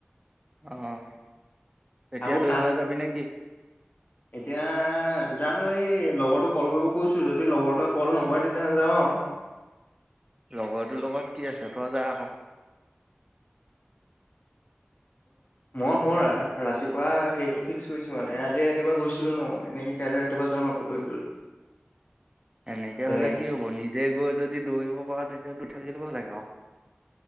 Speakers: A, on the right; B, on the left.
A: অ' এতিয়া
B: আকৌ
A: দৌৰিবলৈ
B: তাত
A: যাবি নেকি?
B: এতিয়া জানো এই লগৰটোক ক'ল কৰিব কৈছো, যদি লগৰটোৱে ক'ল নকৰে তেতিয়া নাযাওঁ আৰু।
A: লগৰটোৰ লগত কি আছে তই যা আকৌ।
B: মই মই ৰাতিপুৱা হেৰিটো ফিক্স কৰিছো, মানে আজি ৰাতিপুৱা গৈছিলো ন, এনেকে কাইলে ৰাতিপুৱা যাম আকৌ দৌৰিবলৈ।
A: এনেকে
B: তেনেকে
A: হ'লে কি হ'ব নিজে গৈ যদি দৌৰিব পাৰ তেতিয়াটো থাকি দিব লাগে। অ'।